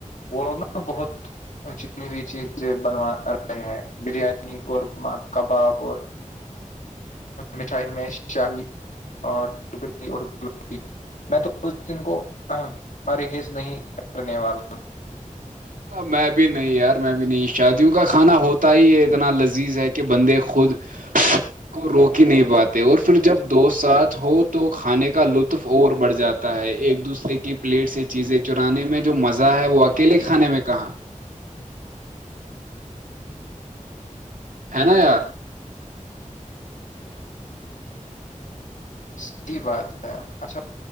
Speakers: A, on the left; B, on the right.
A: وہ لوگ نا بہت ا چنی ہوئی چیزیں بنو رہے ہیں بریانی قورمہ کباب اور مٹھائی میں شاہی اور کری اور گفی میں تو اس دن کو پرہیز نہیں کرنے والا
B: میں بھی نہیں یار میں بھی نہیں شادیوں کا کھانا ہوتا ہی ہے اتنا لذیذ ہے کہ بندے خود <inaudible> کو روک ہی نہیں پاتے اور پھر جب دوست ساتھ ہو تو کھانے کا لطف اور بڑھ جاتا ہے ایک دوسرے کی پلیٹ سے چیزیں چرانے میں جو مزہ ہے وہ اکیلے کھانے میں کہاں ہے نا یار
A: صحیح بات ہے اچھا